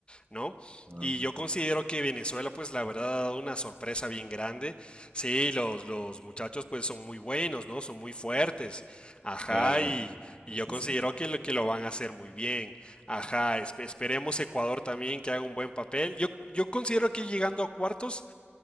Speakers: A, on the left; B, on the right.
A: ¿no?
B: Ah,
A: Y yo considero que Venezuela, pues la verdad, ha dado una sorpresa bien grande. Sí, los, los muchachos, pues son muy buenos, ¿no? Son muy fuertes. Ajá,
B: claro.
A: y, y yo
B: Sí,
A: considero
B: sí.
A: que lo, que lo van a hacer muy bien. Ajá, esp- esperemos Ecuador también que haga un buen papel. Yo, yo considero que llegando a cuartos